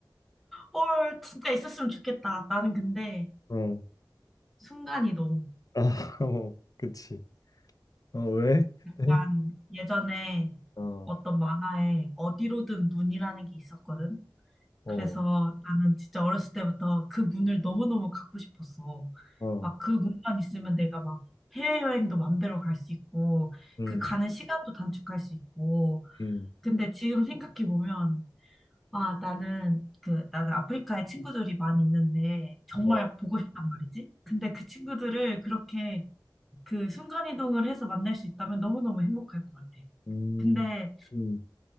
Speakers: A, in the centre; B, on the left.
A: 헐, 진짜 있었으면 좋겠다. 나는 근데
B: 어,
A: 순간이동.
B: 아, <laughs> 어, 그치. 어, 왜? 그때?
A: 약간 예전에
B: 어,
A: 어떤 만화에 어디로든 문이라는 게 있었거든.
B: 어,
A: 그래서 나는 진짜 어렸을 때부터 그 문을 너무너무 갖고 싶었어.
B: 어,
A: 막 그 문만 있으면 내가 막 해외여행도 맘대로 갈 수 있고,
B: 음,
A: 그 가는 시간도 단축할 수 있고.
B: 음,
A: 근데 지금 생각해보면, 아, 나는 그, 나는 아프리카에 친구들이 많이 있는데, 정말
B: 어,
A: 보고 싶단 말이지. 근데 그 친구들을 그렇게 그 순간이동을 해서 만날 수 있다면 너무너무 행복할 것 같아.
B: 음,
A: 근데
B: 음,